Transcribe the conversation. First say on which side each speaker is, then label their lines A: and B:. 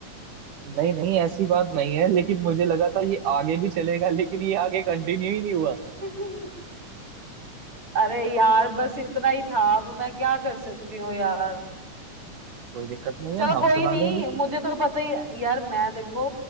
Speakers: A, on the right; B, on the right.
A: नहीं नहीं ऐसी बात नहीं है लेकिन मुझे लगा था ये आगे भी चलेगा लेकिन ये आगे कंटिन्यू ही नहीं हुआ
B: <laughs> अरे यार बस इतना ही था अब मैं क्या कर सकती हूँ यार
A: कोई दिक्कत नहीं
B: चलो
A: है हम
B: कोई
A: सुना
B: नहीं
A: देंगे
B: मुझे तो पता ही यार मैं देखो